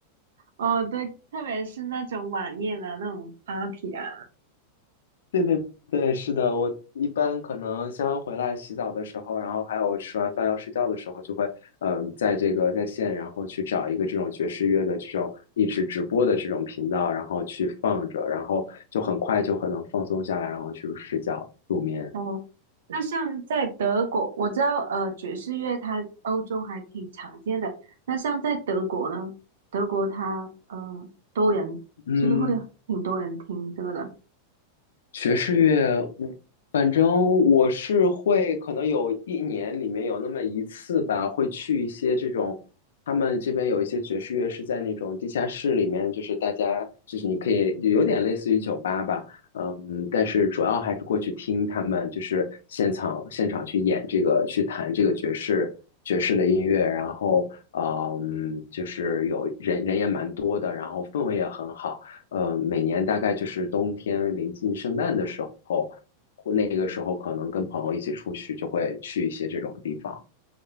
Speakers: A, on the right (about 60°); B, on the left (about 60°).
A: 哦，对，特别是那种晚宴啊，那种 party 啊。
B: 对对对，是的，我一般可能下班回来洗澡的时候，然后还有吃完饭要睡觉的时候，就会嗯、呃在这个在线，然后去找一个这种爵士乐的这种一直直播的这种频道，然后去放着，然后就很快就很能放松下来，然后去睡觉入眠。
A: 哦，那像在德国，我知道呃爵士乐它欧洲还挺常见的。那像在德国呢，德国它呃多人是不是会挺多人听这个的？
B: 嗯，爵士乐，嗯，反正我是会，可能有一年里面有那么一次吧，会去一些这种，他们这边有一些爵士乐是在那种地下室里面，就是大家就是你可以有点类似于酒吧吧，呃嗯，但是主要还是过去听他们就是现场现场去演这个去弹这个爵士爵士的音乐，然后呃嗯，就是有人人也蛮多的，然后氛围也很好。呃，每年大概就是冬天临近圣诞的时候，或那个时候可能跟朋友一起出去，就会去一些这种地方。